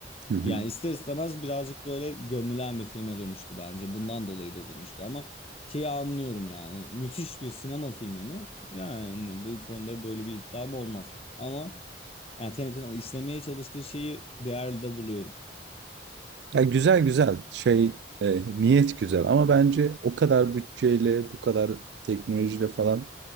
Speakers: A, on the right; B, on the left.
A: hı hı.
B: Yani ister istemez birazcık böyle gömülen bir filme dönüştü bence. Bundan dolayı da dönüştü ama şeyi anlıyorum yani. Müthiş bir sinema filmi mi? Yani bu konuda böyle bir iddiam olmaz. Ama yani Tenet'in işlemeye çalıştığı şeyi değerli de buluyorum.
A: Ya güzel güzel şey e, niyet güzel ama bence o kadar bütçeyle bu kadar teknolojiyle falan